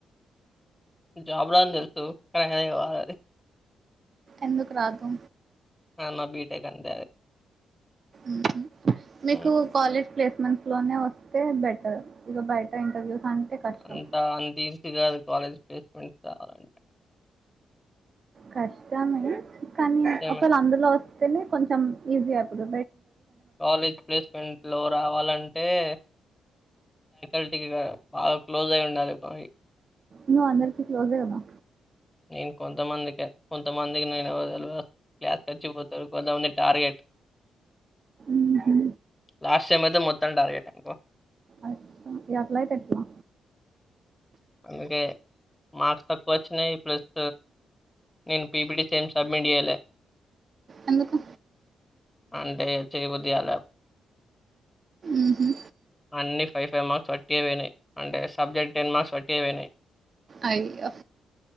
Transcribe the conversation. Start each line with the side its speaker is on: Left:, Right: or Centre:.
Left: జాబు రాదు అని తెలుసు కానీ అయినా చదవాలి
Right: ఎందుకు రాదు
Left: అన్న బీటెక్ అంటేే అది
Right: ఊహు మీకు
Left: హ్మ్.
Right: కాలేజ్ ప్లేస్మెంట్స్ లోనే వస్తే బెటర్ ఇక బయటర్ ఇంటర్వ్యూస్ అంటే కష్టం
Left: అంతా అంత ఈజీగా కాలేజ్ ప్లేస్మెంట్స్ రావాలంటే
Right: కష్టమే కానీ
Left: నిజమే.
Right: ఒకవేళ అందులో వస్తేనే కొంచెం ఈజీ అప్పుడు
Left: కాలేజ్ ప్లేస్మెంట్ లో రావాలంటేక్ ల్ బాగా క్లోజ్ అయి ఉండాలి మ
Right: నువ్వు అందరికీ క్లోజ్ ఏ కదా
Left: నేను కొంతమందికి కొంతమందికి నేను ఎవరో తెల్వదు క్లాస్ నచ్చకపోతే కొంతమంది టార్గెట్
Right: ఊహు
Left: లాస్ట్ టైమ్ అయితే మొత్తం టార్గెట్కు
Right: అచ్చా ఇగ అట్లయితే ఎట్లా
Left: అందుకే మార్క్స్ తక్కువ వచ్చి ప్లస్ నేను పీపిటి సేమ్ సబ్మిట్ చేయ్యాల
Right: ఎందుకు
Left: అంటే చేయబుద్ది కాల
Right: ఉహు
Left: అన్ని ఫైవ్ ఫైవ్ మార్క్స్ వట్టి వయినాయి అంటే సబ్జెక్ట్ టెన్ మార్క్స్ వట్టి వయినాయి
Right: అయ్యో